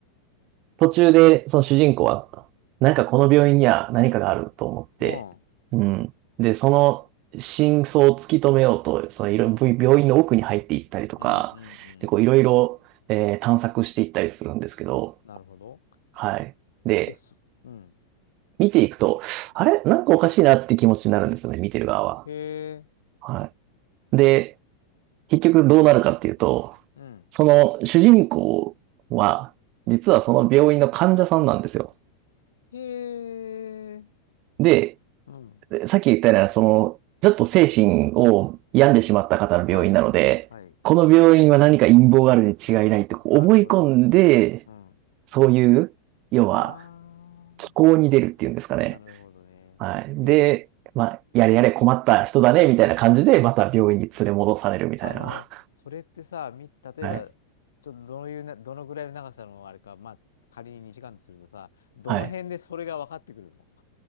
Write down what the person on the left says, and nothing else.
も
うん、
うん。うん、うん、
うん、うん。
なるほど。
え、すうん、
うん。
へえ、
うん。
へえ、
うん。
はい、はい、はい。
なるほど。うん。は
あ、
なるほどね。
え、
す
うーん。
あの、それってさ、み、例えば、
ちょっとどういうな、どのぐらいの長さのあれか、まあ、仮に2時間とするとさ、どの辺でそれが分かってくるの